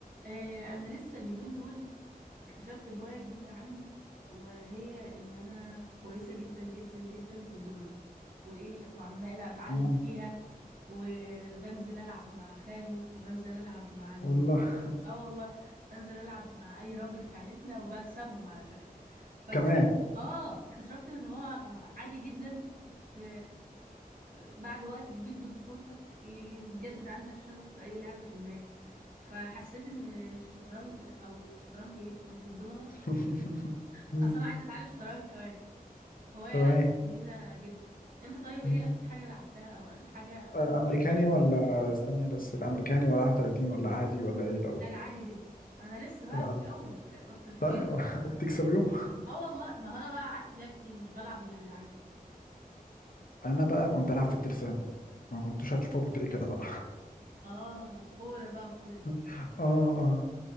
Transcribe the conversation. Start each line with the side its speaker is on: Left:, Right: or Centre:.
Right: آه، انا لسه اليومين دول اكتشفت هواية جديدة عندي وهي ان انا كويسة جدا جدا جدا في الضمنة وايه وعمالة اتعلم
Left: آه،
Right: فيها وبنزل العب مع خاله وبنزل العب مع
Left: والله <laughs>
Right: اه والله بنزل العب مع اي راجل في عيلتنا وبكسبهم على فكره فاكتشفت
Left: كمان
Right: اه اكتشفت ان هو عادي جدا في بعد وقت كبير من طفولتك يتجدد عندك شغف في اي لعبه ما فحسيت ان الشطرنج او الشطرنج ايه قصدي الضمنه
Left: <laughs> مم،
Right: اصلا انا عايزه اتعلم شطرنج كمان هوايه
Left: تمام
Right: لذيذه جدا انت طيب ايه
Left: مم.
Right: اخر حاجه لعبتها او اخر حاجه حطيت
Left: آه، امريكاني
Right: فيها شغف
Left: ولا استني بس الامريكاني ولا 31 ولا عادي ولا ايه الاول
Right: لا لا عادي جدا انا لسه بقى
Left: العادي
Right: في الاول ك- كتر خير
Left: طيب <laughs> وبتكسبيهم
Right: اه والله ما هو انا بقى قعدت فيها كتير مش بلعب غير العادي
Left: انا بقى كنت العب في الترسانة ما كنتوش هتشوفوا ابو تريكة ده بقى
Right: اه كورة بقى وكده
Left: <laughs> اه اه